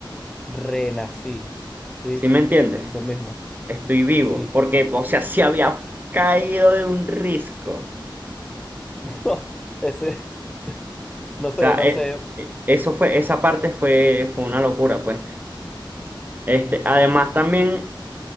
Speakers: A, in the centre; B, on the right.
A: Renací, sí,
B: ¿Sí me entiendes?
A: eso mismo,
B: Estoy vivo,
A: sí.
B: porque, o sea, se había caído de un risco.
A: no Ese, <laughs> no sé,
B: O sea,
A: no
B: e-
A: sé.
B: e- eso fue, esa parte fue, fue una locura, pues. Este, además también,